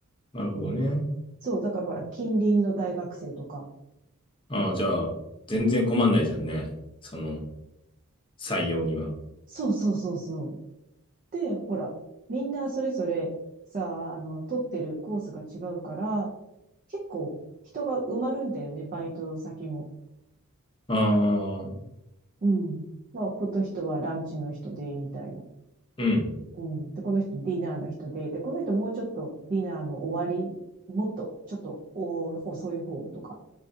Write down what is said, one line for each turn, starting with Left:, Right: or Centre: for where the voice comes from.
Left: なるほどね。
Right: うん。そう、だからほら、近隣の大学生とか。
Left: ああ、じゃあ、全然困んないじゃんね。その、採用には。
Right: そうそうそうそう。で、ほら、みんなそれぞれさ、あの、取ってるコースが違うから、結構人が埋まるんだよね、バイト先も。
Left: ああ、
Right: うん。まあ、この人はランチの人で、みたいな。
Left: うん。
Right: うん。で、この人ディナーの人で、で、この人もうちょっとディナーの終わり、もっと、ちょっとお遅い方とか。